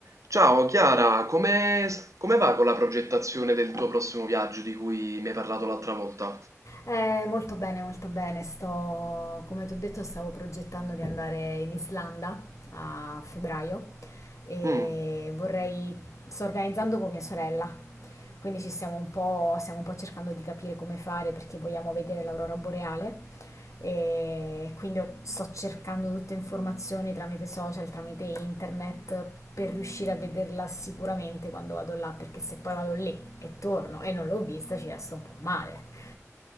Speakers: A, on the right; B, on the left.
A: Ciao Chiara, come, come va con la progettazione del tuo prossimo viaggio di cui mi hai parlato l'altra volta?
B: Eh, molto bene, molto bene. Sto, come ti ho detto, stavo progettando di andare in Islanda a febbraio e
A: Mm,
B: vorrei, sto organizzando con mia sorella, quindi ci stiamo un po', stiamo un po' cercando di capire come fare perché vogliamo vedere l'aurora boreale e quindi ho- sto cercando tutte informazioni tramite social, tramite internet per riuscire a vederla sicuramente quando vado là, perché se poi vado lì e torno e non l'ho vista ci resto un po' male.